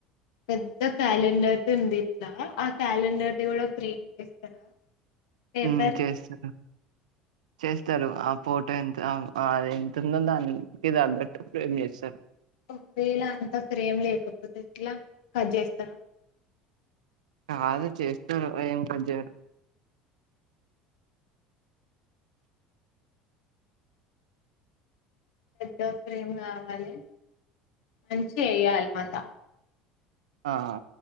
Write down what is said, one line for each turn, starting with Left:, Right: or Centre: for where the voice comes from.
Left: పెద్ద క్యాలెండర్ది ఉంది. ఇట్లా ఆ క్యాలెండర్ది కూడా ఫ్రేమ్ చేస్తారా పేపర్
Right: ఉ చేస్తారు చేస్తారు. ఆ ఫోటో ఎంత అది ఎంత ఉందో దానికి తగ్గట్టు ఫ్రేమ్ చేస్తారు.
Left: ఒకవేళ అంతా ఫ్రేమ్ లేకపోతే ఎట్లా కట్ చేస్తార
Right: కాదు చేస్తారు ఏం కట్ చేయరు
Left: పెద్దో ఫ్రేమ్ కావాలే మంచి ఏయ్యాలే మళ్ళా
Right: ఆహా